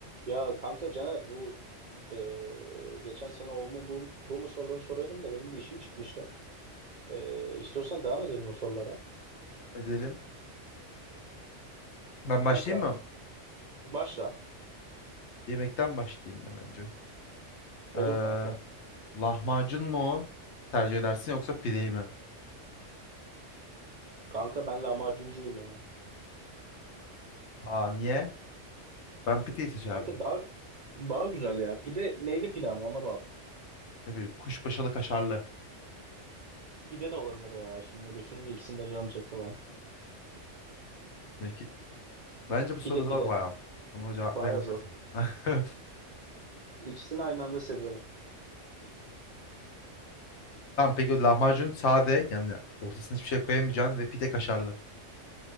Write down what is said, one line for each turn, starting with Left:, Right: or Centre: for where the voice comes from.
Right: Ya kanka Caner bu eee, geçen sene o mu bu, bu mu soruları soruyordum da benim bir işim çıkmıştı. Eee istiyorsan devam edelim o sorulara.
Left: Edelim. Ben
Right: Kanka
Left: başlayayım mı?
Right: başla.
Left: Yemekten başlayayım ben önce.
Right: Olur
Left: Ee,
Right: kanka.
Left: lahmacun mu tercih edersin yoksa pideyi mi?
Right: Kanka ben lahmacuncuyum ya.
Left: Aa niye? Ben pideyi seçerdim.
Right: Kanka daha daha güzel ya. Pide neyli pide ama ona bağlı.
Left: Ne bileyim kuşbaşılı kaşarlı.
Right: Pide de olabilir ya. Şimdi düşününce ikisini de canım çekti lan.
Left: Peki, bence bu
Right: Pide
Left: soru zor
Right: pide.
Left: bayağı. Buna cevap
Right: Baya
Left: verilmez
Right: zor.
Left: ya. <laughs>
Right: İkisini aynı anda seviyorum.
Left: Tamam peki o lahmacun sade yani ortasına hiçbir şey koyamayacaksın ve pide kaşarlı.